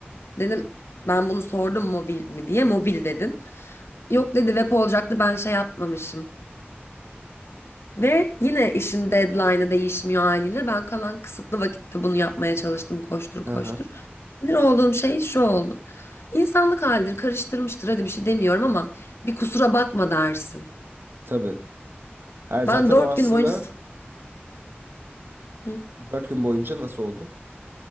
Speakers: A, on the left; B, on the right.
A: Dedim ben bunu sordum mobil mi diye mobil dedin. Yok dedi web olacaktı ben şey yapmamışım. Ve yine işin deadline'ı değişmiyor haliyle. Ben kalan kısıtlı vakitte bunu yapmaya çalıştım koştur koştur.
B: Hı hı.
A: Sinir olduğum şey şu oldu. İnsanlık halidir karıştırmıştır hadi bir şey demiyorum ama bir kusura bakma dersin.
B: Tabii. Her zaten
A: Ben dört
B: o aslında
A: gün boyunca s- Hı?
B: dört gün boyunca nasıl oldu?